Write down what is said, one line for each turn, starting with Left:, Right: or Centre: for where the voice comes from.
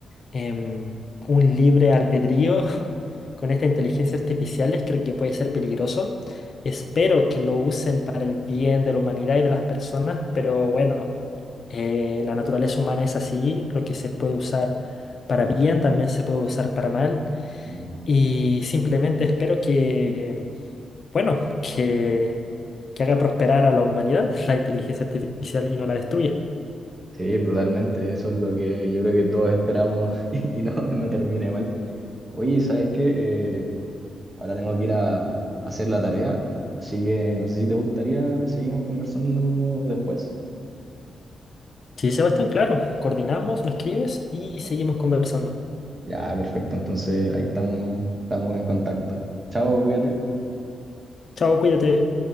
Left: em, un libre albedrío <laughs> con esta inteligencia artificial, creo que puede ser peligroso. Espero que lo usen para el bien de la humanidad y de las personas, pero bueno, eh, la naturaleza humana es así, lo que se puede usar para bien también se puede usar para mal.
Right: Mm.
Left: Y simplemente espero que, bueno, que, que haga prosperar a la humanidad <laughs> la inteligencia artificial y no la destruya.
Right: Sí, totalmente. Eso es lo que yo creo que todos esperamos <laughs> y no, no termine mal. Oye, ¿sabes qué? Eh, ahora tengo que ir a, a hacer la tarea, así que no sé si te gustaría, seguimos conversando después.
Left: Sí, Sebastián, claro, coordinamos, me escribes y seguimos conversando.
Right: Ya, perfecto. Entonces ahí estamos, estamos en contacto. Chao, cuídate.
Left: Chao, cuídate.